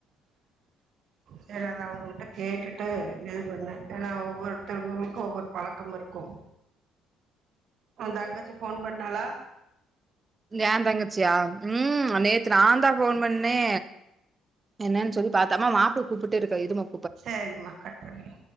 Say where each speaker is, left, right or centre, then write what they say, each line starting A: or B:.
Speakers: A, on the right; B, on the right.
A: செரி அத அவுங்ககிட்ட கேட்டுட்டு இது பண்ணு ஏனா ஒவ்வொரு தவுங்களுக்கு ஒவ்வொரு பழக்கம் இருக்கு ஒந் தங்கச்சி ஃபோன் பண்ணாளா?
B: ஏந்தங்கச்சியா ம் நேத்து நாந்தா ஃபோன் பண்ணே என்னன் சொல்லி பா த்தமா மாப்புள கூப்புட்டே இருக்கா இதுமா
A: சேரிமா கட் பண்ணிரு